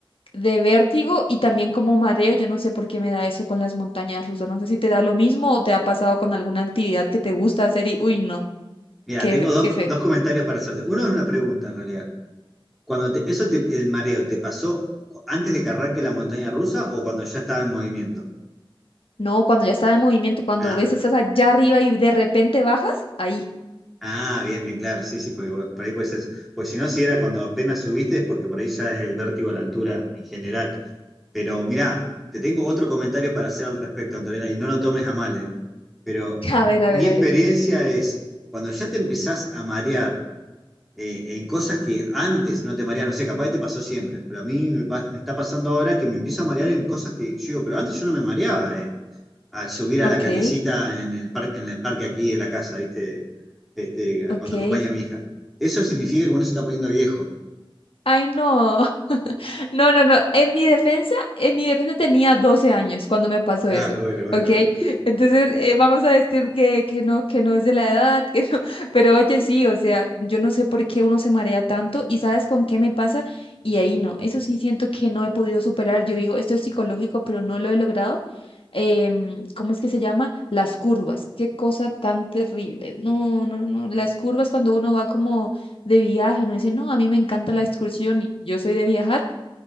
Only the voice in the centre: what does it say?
Mira,
tengo dos,
dos comentarios para hacerte. Uno es una pregunta, en realidad. Cuando te- eso te- el mareo, ¿te pasó cu- antes de que arranque la montaña rusa o cuando ya estaba en movimiento?
Ah,
bien.
Ah, bien, bien, claro, sí, sí, porque bueno, por ahí puede ser. eso. Porque si no, si era cuando apenas subiste, es porque por ahí ya es el vértigo a la altura en general. Pero mirá, te tengo otro comentario para hacer al respecto, Antonella, y no lo tomes a mal, ¿eh? Pero
mi
experiencia
es, cuando ya te empezás a marear eh, en cosas que antes no te mareaba, no sé, capaz que te pasó siempre, pero a mí me, pa- me está pasando ahora que me empiezo a marear en cosas que yo digo, pero antes yo no me mareaba eh, al subir a
la calecita en el, par- en el parque aquí de la casa, ¿viste? Este,
cuando acompaña a mi hija. Eso significa que uno se está poniendo viejo.
Ah,
bueno, bueno,
bueno.